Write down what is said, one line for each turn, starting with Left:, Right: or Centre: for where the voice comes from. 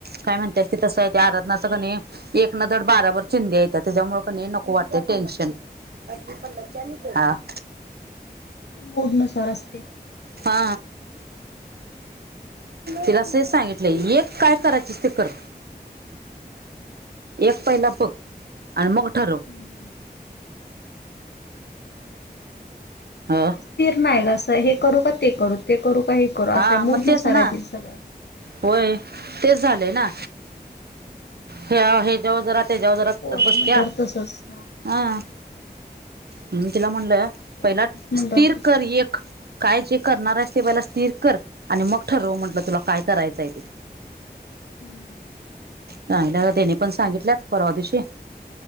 Right: काय म्हणत्यात ते तसं आहे. ते आराधनाच कणे एक ना धड बाराभर चिंध्या हायत्या त्याच्यामुळे कणी नको वाटतय टेन्शन. <unintelligible> हा.
Left: ती मूड नूसार असते.
Right: हा तिला तेच सांगितलं. -लय एक काय करायचस ते कर. एक पहिला बघ. आणि मग ठरव.
Left: ती
Right: ह
Left: स्थिर नाही ग असं हे करू का ते करू ते करू का हे करू
Right: हा
Left: असं
Right: मग
Left: मूड
Right: तेच
Left: नूसार
Right: ना
Left: आहे तिच सगळं.
Right: होय तेच झालंय ना ह्या हे याच्यावर जरा
Left: काय
Right: त्याच्यावर
Left: तर
Right: जरा करत
Left: पोरं
Right: बसत्या.
Left: म्हटल्यावर तसच
Right: हा म्हणून तिला म्हणलं
Left: पोरांच
Right: पहिला
Left: म्हटल्यावर
Right: स्थिर
Left: तसच.
Right: कर एक काय जे करणार आहेस ते पहिला स्थिर कर आणि मग ठरव म्हंटलं तुला काय करायचंय ते
Left: हो <inaudible>
Right: चांगल्या त्याने पण सांगितल्यात परवा दिवशी